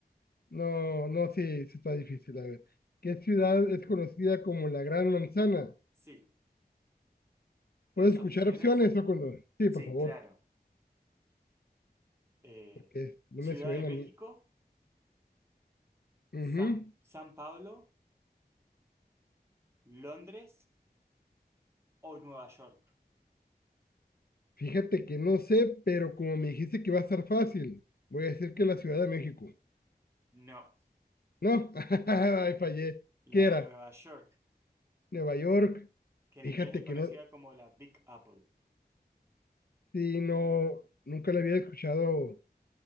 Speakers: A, on the left (about 70°); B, on the right (about 15°).
A: No, no, sí, sí está difícil. A ver, ¿qué ciudad es conocida como la Gran Manzana?
B: Sí, ¿querés
A: ¿Puedo escuchar
B: opciones?
A: opciones o cuando? Sí,
B: Sí,
A: por favor,
B: claro. Eh,
A: porque no
B: Ciudad
A: me suena
B: de México,
A: a mí. Ujú.
B: San, San Pablo, Londres o Nueva York.
A: Fíjate que no sé, pero como me dijiste que va a estar fácil, voy a decir que la Ciudad de México.
B: No,
A: No, <laughs> ay, fallé.
B: la
A: ¿Qué era?
B: de Nueva York.
A: Nueva York.
B: que en
A: Fíjate
B: inglés es conocida
A: que no,
B: como la Big Apple.
A: sí, no, nunca le había escuchado